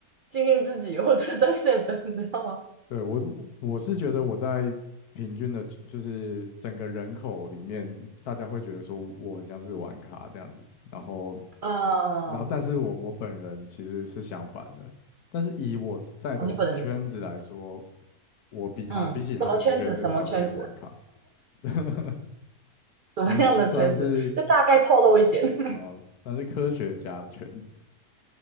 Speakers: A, on the right (about 70°); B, on the left (about 80°).
A: 经营自己或者等等等，你知道吗？
B: 对，我我是觉得我在平均的，就是整个人口里面，大家会觉得说我很像是玩卡这样子，然后
A: 嗯，
B: 然后但是我我本人其实是相反的，但是以我在的圈子来说，
A: 哦，你本人是
B: 我比他比起他们的确是比较偏玩卡。
A: 嗯，什么圈子？什么圈子？
B: <laughs>
A: 什么样的圈子？
B: 我们算是
A: 就大概透露一点。<laughs>
B: 啊、呃算是科学家的圈子，